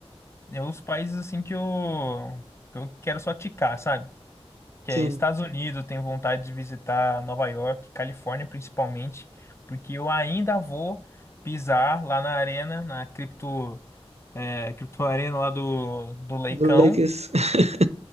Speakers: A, on the left; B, on the right.
A: é os países assim que eu que eu quero só ticar, sabe? que
B: Sim.
A: é Estados Unidos, tenho vontade de visitar Nova York, Califórnia principalmente, porque eu ainda vou pisar lá na arena, na cripto, é, cripto arena lá do, do Leicão
B: Do Lakers. <laughs>